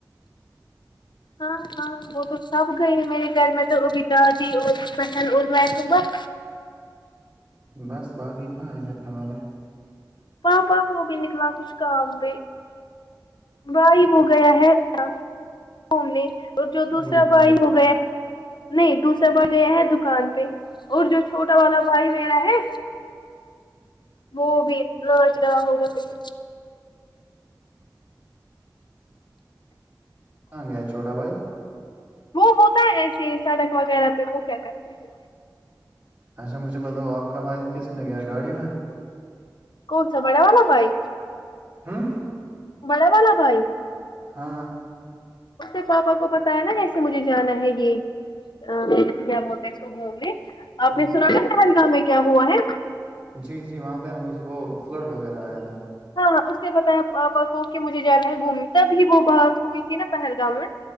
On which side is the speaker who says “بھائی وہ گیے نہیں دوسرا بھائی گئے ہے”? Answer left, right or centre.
Left